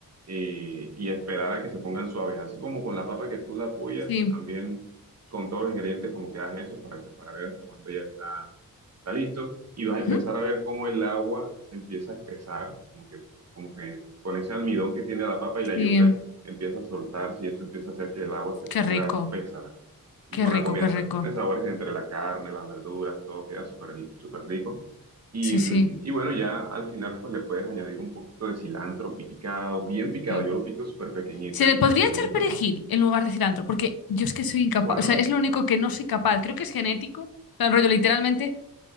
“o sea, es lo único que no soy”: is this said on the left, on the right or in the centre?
Left